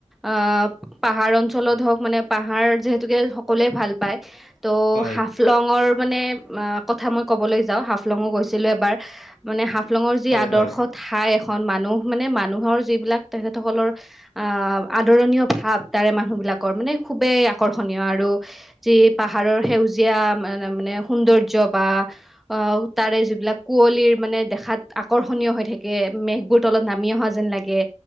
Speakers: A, in the centre; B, on the left.
A: অ' পাহাৰ অঞ্চলত হওঁক মানে পাহাৰ যিহেতুকে সকলোৱে ভাল পায় ত
B: হয়।
A: হাফলংৰ মানে কথা মই ক'বলৈ যাওঁ হাফলঙো গৈ গৈছিলোঁ এবাৰ মানে হাফলঙৰ যি
B: হয়
A: আদৰ্শ
B: হয়
A: ঠাই খন মানুহ মানে মানুহৰ যিবিলাক তেখেতসকলৰ অ' আদৰণীয় ভাৱ তাৰে মানুহবি বিলাকৰ মানে খুবেই আকৰ্ষণীয় আৰু যি পাহাৰৰ সেউজীয়া মানে সৌন্দৰ্য্য বা অ' তাৰে এইবিলাক কুঁৱলীৰ মানে দেখাত আকৰ্ষণীয় হৈ থাকে, মেঘবোৰ তলত নামি অহা যেন লাগে।